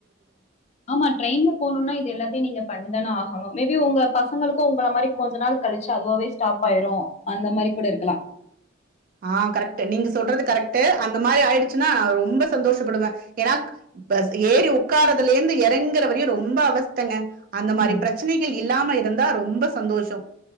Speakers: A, on the left; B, on the right.
A: ஆமா ட்ரெயின்ல போணும்னா இது எல்லாத்தையு நீங்க பண்ணிதான ஆகணு மேபி உங்க பசங்களுக்கு உங்கள மாரி கொஞ்ச நாள் கழிச்சு அதுவாவே ஸ்டாப் ஆயிரு அந்த மாரி கூட இருக்கலா
B: ஆ கரெக்ட் நீங்க சொல்றது கரெக்ட் அந்த மாரி ஆயிடுச்சுன்னா ரொம்ப சந்தோஷப்படுவே ஏன்னா க ஏறி ஒக்காரதுல இருந்து இறங்குற வரையு ரொம்ப அவஸ்தங்க அந்த மாரி
A: ம்.
B: பிரச்சனைகள் இல் இல்லாம இருந்தா ரொம்ப சந்தோஷ